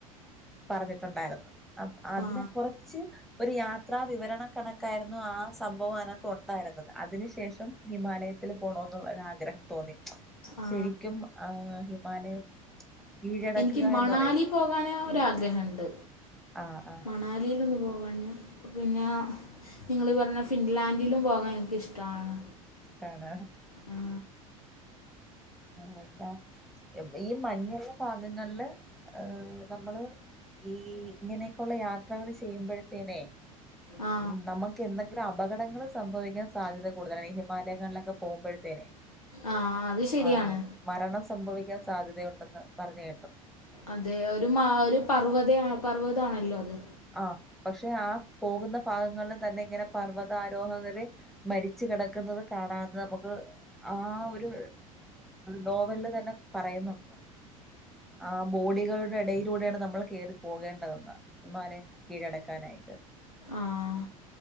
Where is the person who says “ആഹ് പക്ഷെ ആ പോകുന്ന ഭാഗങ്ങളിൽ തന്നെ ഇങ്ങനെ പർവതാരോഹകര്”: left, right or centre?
Centre